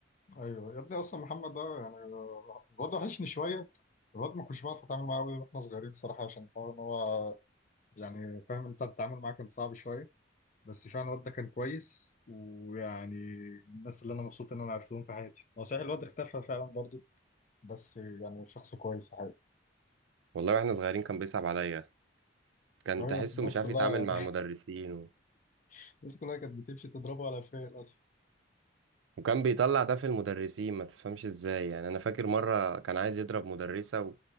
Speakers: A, on the left (about 40°); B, on the right (about 80°).
A: ايوه يا ابني اصلا محمد ده يعني الواد وحشني شويه الواد ما كنتش بعرف اتعامل معاه قوي واحنا صغيرين صراحه عشان الحوار ان هو يعني فاهم انت التعامل معاه كان صعب شويه بس فعلا الواد ده كان كويس ويعني من الناس اللي انا مبسوط ان انا عرفتهم في حياتي هو صحيح الواد اختفى فعلا برضه بس يعني شخص كويس
B: والله واحنا صغيرين كان بيصعب عليا كان
A: أيوة،
B: تحسه
A: الناس
B: مش عارف
A: كلها
B: يتعامل مع المدرسين و...
A: <laughs> الناس كلها كانت بتمشي تضربه على فيه للأسف
B: وكان بيطلع ده في المدرسين ما تفهمش ازاي يعني انا فاكر مرة كان عايز يضرب مدرسة